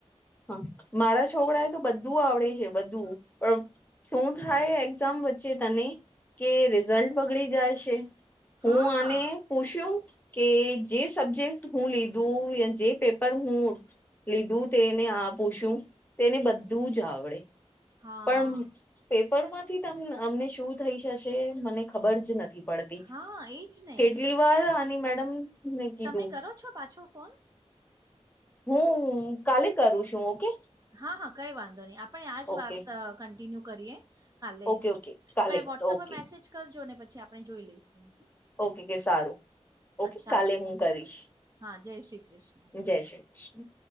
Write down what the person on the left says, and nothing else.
હ મારા છોકરા એ તો બધું આવડે છે બધું પણ. શું થાય એક્ઝામ વચ્ચે તને કે રિઝલ્ટ બગડી જાય છે. હું
આને પૂછ્યું. કે જે સબ્જેક્ટ હું લીધું જે પેપર હું લીધું તે. એને આપ પૂછું તે એને બધું
જ આવડે.
પણ પેપરમાંથી ત અમને શું થઈ જશે મને ખબર જ નથી. પડતી
કેટલી વાર આની મેડમ ને કીધું
<inaudible> કરું છું ઓકે
ઓકે
ઓકે ઓકે કાલે
ઓકે
ઓકે કે સારું ઓકે
કાલે હું કરીશ.
જય શ્રી કૃષ્ણ.